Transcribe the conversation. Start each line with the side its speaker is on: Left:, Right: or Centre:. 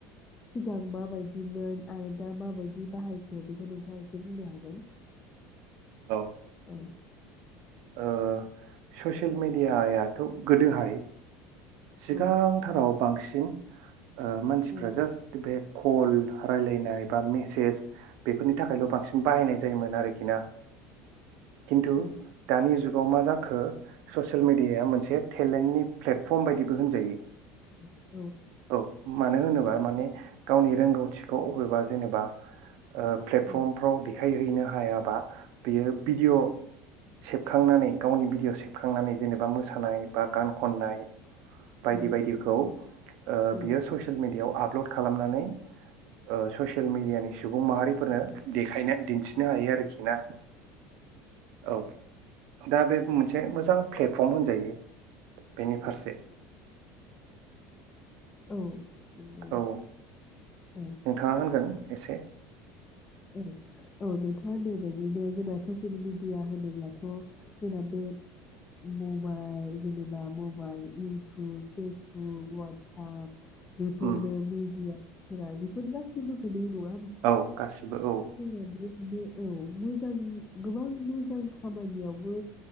Left: सिगां माबायदिमोन आरो दा माबायदि बाहायखो बेखौ नोंथाङा एसे बुंनो हागोन
Right: औ
Left: औ
Right: ओ ससियेल मेडियायाथ' गोदोहाय सिगांथाराव
Left: औ
Right: बांसिन <unintelligible> ओ मानसिफ्रा
Left: औ
Right: जास्ट बे कल राय्लायनाय बा मेसेज बेफोरनि थाखायल' बांसिन बाहायनाय जायोमोन। आरोखि ना खिन्थु
Left: औ
Right: दानि जुगाव माजा खो ससियेल मिडिया मोनसे टेलेन्टनि प्लेक। फ्रम बायदिबो होनजायो।
Left: <unintelligible>
Right: औ मानो होनोबा माने गावनि रोंगौथिखौ अबेबा जेनेबा ओयो प्लेटफ्रमफ्राव
Left: औ
Right: देखायहैनो हायाबा बेयो भिडिय' सेबखांनानै गावनि भिडिय' सेबखांनानै जेनेबा मोसानाय बा गान खननाय। बायदि
Left: औ
Right: बायदिखौ ओ
Left: औ
Right: बेयो ससियेल मेडि याव आपल'ड खालामनानै ओ ससियेल मेडियानि सुबुं माहारिफोरनो देखायनो दिन्थिनो हायो आरोखि ना औ दा बे मोनसे मोजां प्लेटफर्म होनजायो बेनि फारसे।
Left: औ। नंगौ
Right: औ
Left: औ।
Right: नोंथाङा होनगोन एसे
Left: उम औ नोंथाङा बे बायदिनो जोंना ससियेल मेडिया होनोब्लाथ' जोंना बे मबाइल जेनेबा mobile YouTube Facebook WhatsApp बेफोरनो
Right: um
Left: मिडिया फुरा बेफोर गासिबो गोलैयो नङा?
Right: औ गासिबो। औ
Left: दिनैबो माने औ। मोजां गोबां मोजां खामानियावबो